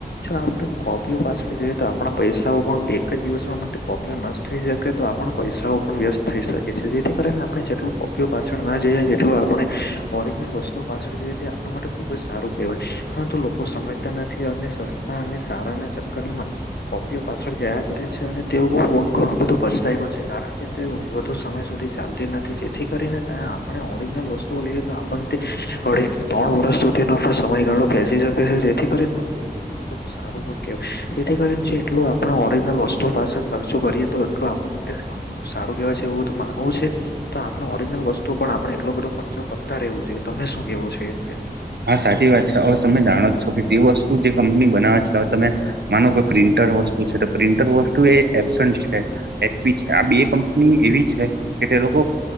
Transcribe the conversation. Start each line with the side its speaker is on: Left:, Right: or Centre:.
Left: જો આપણે કોપી પાછળ જઈએ તો આપણા પૈસાઓ પણ એક જ દિવસમાં કોપીઓ નષ્ટ થઈ શકે તો આપણ પૈસાઓ પણ વ્યસ્ત થઈ શકે છે, જેથી કારણે આપણે જેટલું કોપીઓ પાછળ ના જઈએ જેટલું આપણે ઓરિજિનલ વસ્તુઓ પાછળ જઈએ તે આપણા માટે ખુબ જ સારું કહેવાય, પરંતુ લો લોકો સમજતા નથી અને સસ્તા અને સારા ના ચક્કર માં કોપીઓ પાછળ જયા કરે છે અને તેઓ ઘણું બધું પસ્તાય પણ છે કારણ કે તે વધુ સમય સુધી ચાલતુ નથી જેથી કરીને આપણે ઓરિજનલ વસ્તુઓ લઈએ તો, પણ તે અઢી ત્રણ વર્ષ સુધીનો પણ સમયગાળો ખેચી શકે છે, જેથી કરીને <inaudible> સારું પણ કેવાય જેથી કરીને જેટલું આપણે ઓરિજનલ વસ્તુ પાસે ખર્ચો કરીએ તો એટલો આપ એક સારું કેવાય છે, એવું માનવું છે તો આપણે ઓરિજિનલ વસ્તુ પણ આપડે એટલો બધો ખર્ચો. ખર્ચતા રહેવું જોઈએ તમે શું કેવો છો એમ કે?
Right: હા સાચી વાત છે, હવે તમે જાણો છો, કે જે વસ્તુ જે કંપની બનાવે છે, હવે તમે માનો કે પ્રિન્ટર વસ્તુ છે, પ્રિન્ટર વસ્તુ એ છે. એચપી છે, આ બે કંપની એવી છે, કે તે લોકો-